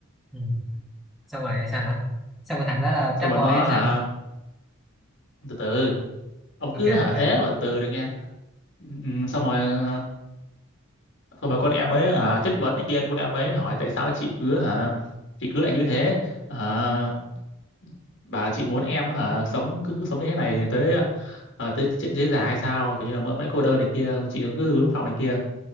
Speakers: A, in the centre; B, on the left.
A: ừ. xong rồi sao nữa xong rồi thằng đó là
B: xong
A: trap
B: rồi
A: boy
B: nó
A: hay
B: hả
A: sao
B: từ từ ông cứ
A: ok
B: hả
A: ok
B: thế mà từ từ được nghe ừ, xong rồi ờ, xong rồi con em mới hả chất vấn này kia con em mới hỏi tại sao chị cứ hả chị cứ lại như thế hả bảo là chị muốn em hả sống cứ, cứ sống như thế này tới ờ, tới chết- tới già hay sao kiểu như là mãi mãi cô đơn này kia chị cứ đứng phòng này kia